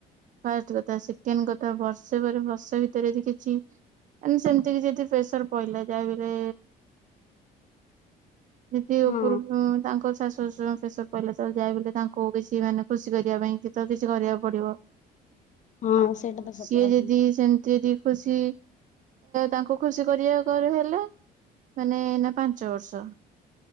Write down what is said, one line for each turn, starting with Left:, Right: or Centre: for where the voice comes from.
Right: ଫାଷ୍ଟ କଥା ସେକେଣ୍ଡ କଥା ବର୍ଷେ ପରେ ବର୍ଷ ଭିତରେ ଯଦି କିଛି ମାନେ ସେମିତି କିଛି ଯଦି ପ୍ରେସର ପଇଲା ଯାହାବି ହେଲେ ଯଦି
Left: ହଁ
Right: ଉପରୁ ତାଙ୍କର ଶାଶୁ ଶ୍ୱଶୁରଙ୍କୁ ପ୍ରେସର ପଇଲା ତାହେଲେ ଯାହା ବି ହେଲେ ତାଙ୍କୁ କିଛି ମାନେ ଖୁସି କରିବା ପାଇଁ କି ତ କିଛି କରିବାକୁ ପଡିବ।
Left: ହଁ
Right: ଆଉ
Left: ସେଇଟା ତ ସତ
Right: ସିଏ
Left: କଥା
Right: ଯଦି ସେମତି ଦି ଖୁସି ତାଙ୍କୁ ଖୁସି କରିବାକୁ ହେଲେ ମାନେ ଏଇନା ପା ପାଞ୍ଚ ବର୍ଷ।